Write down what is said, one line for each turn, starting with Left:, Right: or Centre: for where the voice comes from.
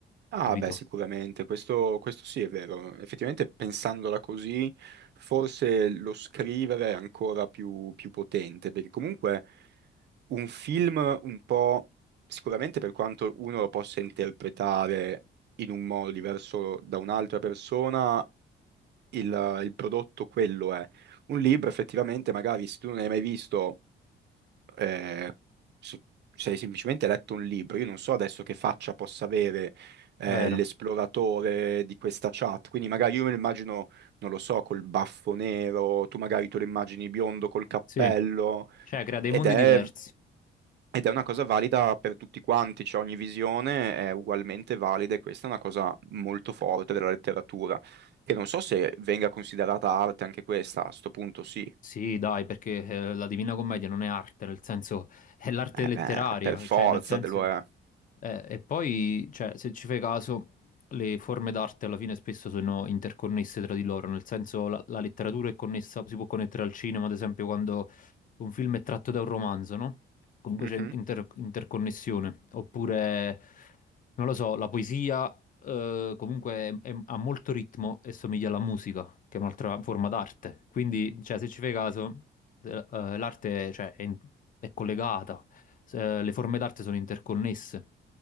Right: Ah,
Left: capito?
Right: beh, sicuramente, questo, questo sì è vero. Effettivamente, pensandola così, forse lo scrivere è ancora più, più potente, perché comunque un film un po', sicuramente per quanto uno lo possa interpretare in un modo diverso da un'altra persona, il, il prodotto quello è. Un libro effettivamente, magari se tu non hai mai visto, eh, se se hai semplicemente letto un libro, io non so adesso che faccia possa avere eh,
Left: Vero,
Right: l'esploratore di questa chat, quindi magari io me lo immagino, non lo so, col baffo nero, tu magari te lo immagini biondo col cappello,
Left: sì. Cioè crea dei
Right: ed
Left: mondi
Right: è
Left: diversi.
Right: ed è una cosa valida per tutti quanti, cioè ogni visione è ugualmente valida e questa è una cosa molto forte della letteratura, che non so se venga considerata arte anche questa, a sto punto sì,
Left: Sì, dai, perché eh, la Divina Commedia non è arte, nel senso è l'arte
Right: eh
Left: letteraria,
Right: beh, per forza
Left: cioè nel senso...
Right: de- lo è.
Left: Eh, e poi, cioè, se ci fai caso, le forme d'arte alla fine spesso sono interconnesse tra di loro, nel senso la, la letteratura è connessa, si può connettere al cinema, ad esempio, quando un film è tratto da un romanzo, no? Comunque
Right: Mhm,
Left: c'è inter- interconnessione. Oppure, non lo so, la poesia eh, comunque è- è- ha molto ritmo e somiglia alla musica, che è un'altra forma d'arte. Quindi, cioè, se ci fai caso, eh, eh, l'arte, cioè, è, in- è collegata, Se- le forme d'arte sono interconnesse.